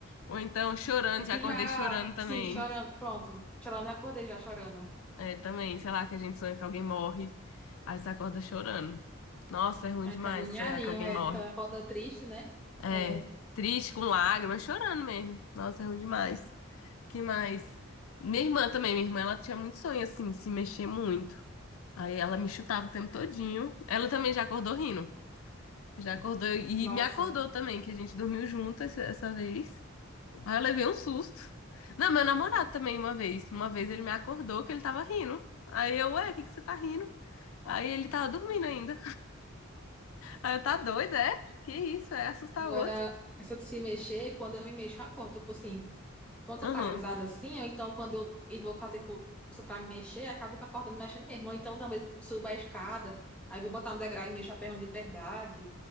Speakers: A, on the left (about 80°); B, in the centre.
A: Ou então chorando,
B: E
A: já
B: tu
A: acordei
B: já,
A: chorando também.
B: assim, chorando, pronto. Chorando, eu acordei já chorando.
A: É, também, sei lá, que a gente sonha que alguém morre, aí você acorda chorando. Nossa, é ruim
B: Ai,
A: demais
B: que agoniadinho,
A: sonhar que alguém
B: é,
A: morre.
B: que ela acorda triste, né?
A: É,
B: É,
A: triste, com lágrimas, chorando mesmo. Nossa, é ruim demais. Que mais? Minha irmã também, minha irmã, ela tinha muito sonho assim, de se mexer muito. Aí ela me chutava o tempo todinho. Ela também já acordou rindo. Já acordou e
B: nossa.
A: me acordou também, que a gente dormiu junto essa, essa vez. Aí eu levei um susto. Não, meu namorado também uma vez. Uma vez ele me acordou que ele tava rindo. Aí eu, ué, o que que você tá rindo? Aí ele tava dormindo ainda. Aí eu, tá doido, é? Que isso, é assustar
B: Agora,
A: o outro.
B: essa de se mexer, quando eu me mexo, eu acordo. Tipo assim, quando
A: Aham.
B: eu tô paralisada assim, ou então quando eu e vou fazer força pra me mexer, acabo acordando mexendo mesmo. Ou então talvez suba a escada, aí vou botar no degrau e mexo a perna de verdade.